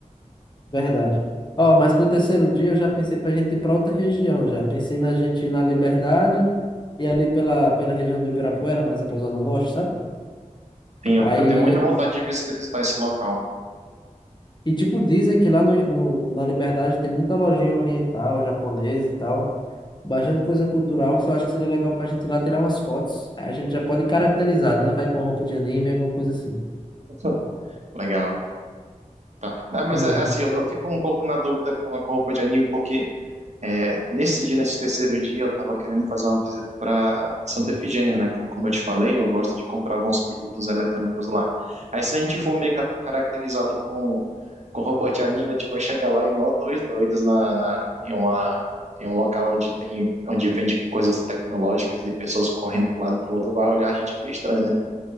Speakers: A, on the left; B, on the right.
A: Verdade. Ó, mas pro terceiro dia eu já pensei pra gente ir pra outra região já. Pensei na gente ir na Liberdade e ali pela, pela região do Ibirapuera, mais a Zona Norte, sabe?
B: Sim, eu,
A: Aí
B: eu tenho muita vontade de vis- visitar esse local.
A: E, tipo, dizem que lá no, no- no- na Liberdade tem muita lojinha oriental, japonesa e tal. Bastante coisa cultural. Eu acho que seria legal pra gente ir lá tirar umas fotos. Aí a gente já pode ir caracterizado, né? Vai com roupa de anime, alguma coisa assim.
B: Sim. Legal. Tá. Não, mas
A: Uhum.
B: é, assim, eu,
A: <laughs>
B: eu fico um pouco na dúvida com a com roupa de anime, porque é, nesse dia, nesse terceiro dia, eu tava querendo fazer uma visita para Santa Efigênia, né? Co- Como eu te falei, eu gosto de comprar alguns produtos eletrônicos lá. Aí se a gente for meio cata- caracterizado com com roupa de anime, tipo, vai chegar lá igual dois doidos na, na, em uma em um local onde tem onde vende coisas tecnológicas e pessoas correndo pro lado e pro outro, vai olhar a gente bem estranho, né?